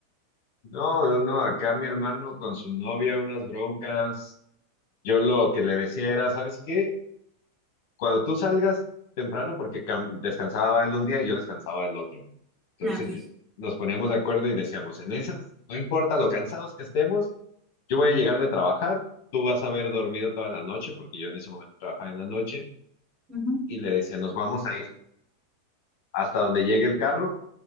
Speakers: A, on the left; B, on the right.
A: No, no, no, acá mi hermano con su novia, unas broncas. Yo lo que le decía era, ¿sabes qué? cuando tú salgas temprano, porque cam- descansaba él un día y yo descansaba el otro. Entonces
B: Ah, ok.
A: yo- nos poníamos de acuerdo y decíamos, en esas, no importa lo cansados que estemos, yo voy a llegar de trabajar, tú vas a haber dormido toda la noche, porque yo en ese momento trabajaba en la noche,
B: Ujú,
A: y le decía, nos vamos a ir hasta donde llegue el carro